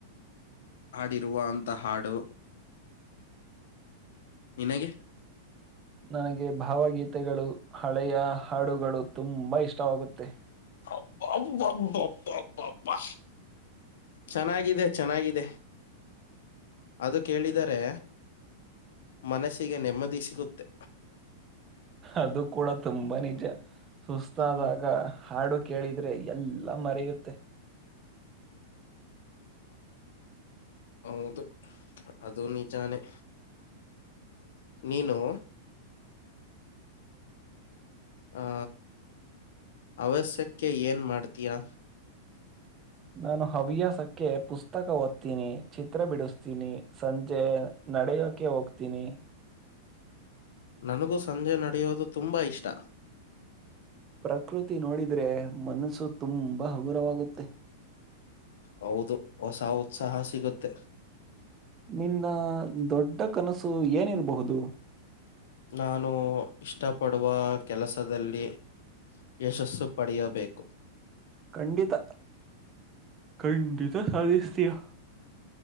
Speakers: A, on the left (about 75°); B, on the right (about 25°).
A: ಹಾಡಿರುವ ಅಂಥ ಹಾಡು ನಿನಗೆ
B: ನನಗೆ ಭಾವಗೀತೆಗಳು ಹಳೆಯ ಹಾಡುಗಳು ತುಂಬಾ ಇಷ್ಟ ಇಷ್ಟವಾಗುತ್ತೆ
A: ಬಬ್ ಬಬ್ ಬ ಬಾ ಬಾ ಬಾ ಚೆನ್ನಾಗಿದೆ ಚೆನ್ನಾಗಿದೆ ಅದು ಕೇಳಿದರೆ ಮನಸ್ಸಿಗೆ ನೆಮ್ಮದಿ ಸಿಗುತ್ತೆ
B: ಅದು ಕೂಡ ತುಂಬಾ ನಿಜ ಸುಸ್ತಾದಾಗ
A: ಹ್ಮ್
B: ಹಾಡು ಕೇಳಿದ ಆದ್ರೆ ಎಲ್ಲಾ ಮರೆಯುತ್ತೆ
A: ಹೌದು ಅದು ನಿಜಾನೆ ನೀನು ಆ ಅವಶ್ಯಕ್ಕೆ ಏನ್ ಮಾಡ್ತಯಾ
B: ನಾನು ಹವ್ಯಾಸಕ್ಕೆ ಪುಸ್ತಕ ಓದ್ತೀನಿ ಚಿತ್ರ ಬಿಡಿಸ್ತೀನಿ ಸಂಜೆ ನಡೆಯೋಕೆ ಹೋಗ್ತೀನಿ
A: ನನಗೂ ಸಂಜೆ ನಡೆಯೋದು ತುಂಬಾ ಇಷ್ಟ
B: ಪ್ರಕೃತಿ ನೋಡಿದ್ರೆ ಮನಸ್ಸು ತುಂಬ ಹಗುರವಾಗುತ್ತೆ
A: ಹೌದು ಹೊಸ ಉತ್ಸಾಹ ಸಿಗುತ್ತೆ
B: ನಿನ್ನ ದೊಡ್ಡ ಕನಸು ಏನಿರ್ಬಹುದು
A: ನಾನು ಇಷ್ಟಪಡುವ ಕೆಲಸದಲ್ಲಿ ಯಶಸ್ಸು ಪಡೆಯಬೇಕು
B: ಖಂಡಿತ ಖಂಡಿತ ಸಾಧಿಸ್ತಯಾ